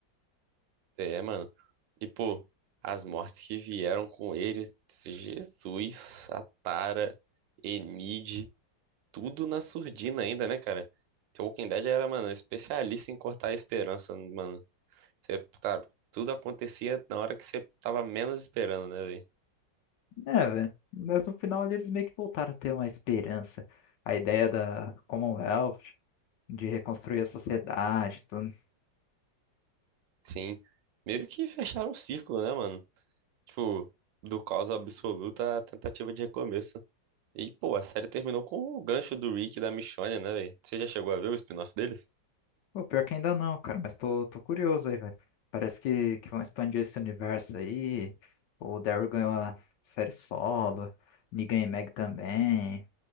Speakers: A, on the right; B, on the left.
A: É, mano. E, pô, as mortes que vieram com ele, Jesus, Atara, Enid. tudo na surdina ainda, né, cara? The Walking Dead era, mano, especialista em cortar a esperança, mano. Você, cara, tudo acontecia na hora que você tava menos esperando, né, velho?
B: É, velho. Mas no final ali, eles meio que voltaram a ter uma esperança. A ideia da Commonwealth. de reconstruir a sociedade, e tudo.
A: Sim. Meio que fecharam um círculo, né, mano? Tipo, do caos absoluto à tentativa de recomeço. E, pô, a série terminou com o gancho do Rick e da Michonne, né, velho? Você já chegou a ver o spin-off deles?
B: Pô, pior que ainda não, cara, mas tô, tô curioso aí, velho. Parece que, que vão expandir esse universo aí. O Daryl ganhou a série solo, Negan e Meg também.